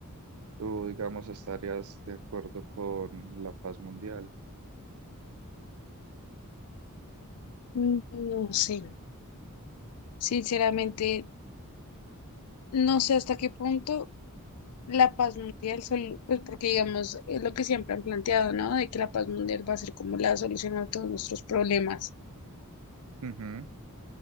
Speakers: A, on the right; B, on the left.
A: tú, digamos, estarías de acuerdo con la paz mundial.
B: Mm, No sé, sinceramente, no sé hasta qué punto la paz mundial, sol- pues porque digamos, es lo que siempre han planteado, ¿no? De que la paz mundial va a ser como la solución a todos nuestros problemas,
A: Ujú,